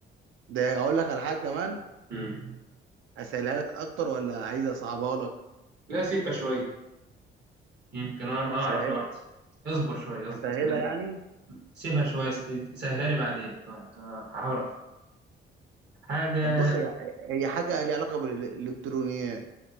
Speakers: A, on the right; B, on the right.
A: ده أقول لك على حاجة كمان
B: امم
A: اسهلها لك اكتر ولا عايز اصعبها لك
B: لا سيبها شوية يمكن انا اعرف
A: أسهل...
B: لوحدي اصبر شوية اصبر
A: اسهلها
B: ما تت-
A: يعني
B: سيبها شوية س- سهلها لي بعدين آه، انا هحاول أفهم. حاجة
A: طب بص هي هي حاجه ليها علاقه بالالكترونيات